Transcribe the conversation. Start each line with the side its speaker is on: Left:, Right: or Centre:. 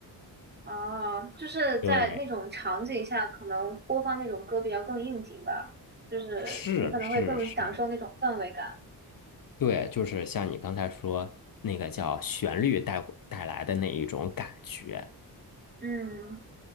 Right: 啊，就是在那种场景下，
Left: 对，
Right: 可能播放那种歌比较更应景吧，就是你可能会更享受那种氛围感。
Left: 是是是，对，就是像你刚才说那个叫旋律带带来的那一种感觉。
Right: 嗯，